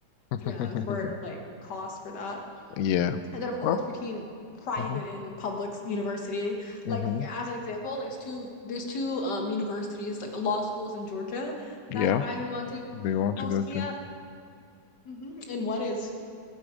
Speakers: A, on the left; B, on the left.
A: <laughs>
B: Yeah, for like cost for that.
A: Yeah.
B: And then of course
A: Well,
B: between private
A: hmm
B: and public university.
A: hmm
B: Like as an example, there's two there's two um universities, like law schools in Georgia
A: Yeah,
B: that I want to
A: they want
B: I
A: to
B: was
A: go
B: looking
A: to.
B: at. Mm-hmm. And one is